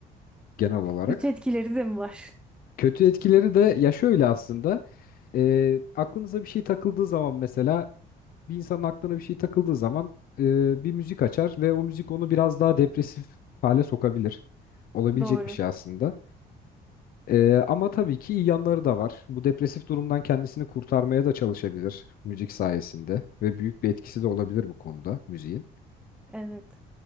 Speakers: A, on the left (about 60°); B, in the centre.
A: genel olarak.
B: Kötü etkileri de mi var?
A: Kötü etkileri de ya şöyle aslında e, aklınıza bir şey takıldığı zaman mesela bir insanın aklına bir şey takıldığı zaman e, bir müzik açar ve o müzik onu biraz daha depresif hale sokabilir. Olabilecek
B: Doğru.
A: bir şey aslında. E, ama tabii ki iyi yanları da var. Bu depresif durumdan kendisini kurtarmaya da çalışabilir müzik sayesinde ve büyük bir etkisi de olabilir bu konuda müziğin.
B: Evet.